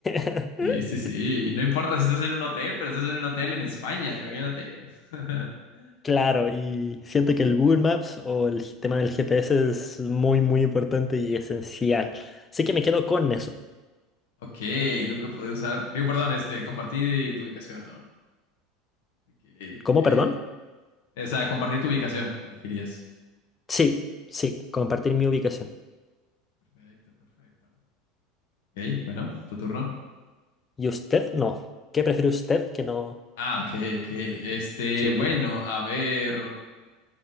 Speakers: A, on the left; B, on the left.
A: <laughs>
B: Sí, sí, sí. No importa si estás en un hotel, pero estás en un hotel en España, imagínate. <laughs>
A: Claro, y siento que el Google Maps o el tema del GPS es muy, muy importante y esencial. Así que me quedo con eso.
B: Ok, nunca poder usar. Digo, perdón, este, compartir tu ubicación, ¿no? Ok, ok.
A: ¿Cómo, perdón?
B: O sea, compartir tu ubicación, elegirías.
A: Sí, sí, compartir mi ubicación.
B: Perfecto, perfecto. Ok, bueno, tu turno.
A: ¿Y usted? No. ¿Qué prefiere usted que no?
B: Ah, ok, ok. Este,
A: Sí.
B: bueno, a ver.